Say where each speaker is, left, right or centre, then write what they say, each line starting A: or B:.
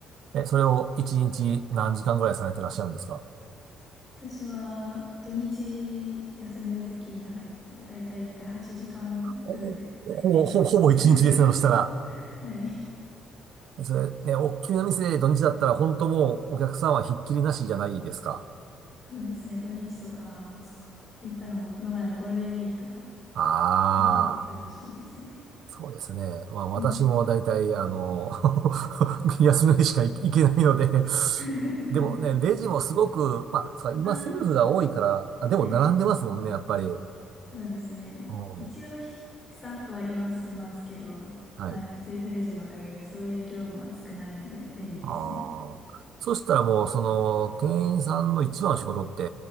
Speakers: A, on the right; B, on the left.
A: ーえ、それを一日何時間ぐらいされてらっしゃるんですか
B: 私は土日休みの時に入って、だいたい1回8時間フルで入ります。
A: おほぼ、ほぼ、ほぼ一日ですね、
B: <laughs>
A: そしたら。
B: はい。
A: えそれ、ね、おっきめの店で土日だったら、本当もうお客さんはひっきりなしじゃないですか。
B: そうですね。土日とか、もうそこ、言ったらもうこの前のゴールデンウィークとか、
A: ああ。
B: もう結構忙しいですね。
A: そうですね。まあ私も大体、
B: うん。
A: あの、<laughs> 休みの日しか行けないので、
B: <laughs>
A: でもね、レジもすごく、まあ、そうか今セルフが多いから、
B: ああ、
A: あ、でも並んでますもんね、
B: はい。
A: やっぱり。
B: そうですね。
A: うん
B: 一応ひスタッフは言わせますけど、
A: はい。
B: まあ、やっぱセルフレジのおかげでそういう業務は少ないので便利ですね。
A: ああ。そしたらもう、その、店員さんの一番の仕事って、